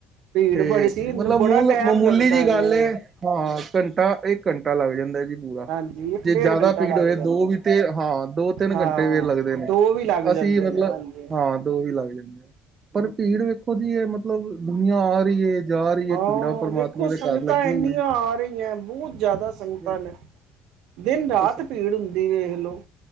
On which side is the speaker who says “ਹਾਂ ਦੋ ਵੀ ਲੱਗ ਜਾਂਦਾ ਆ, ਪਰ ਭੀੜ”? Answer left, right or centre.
Right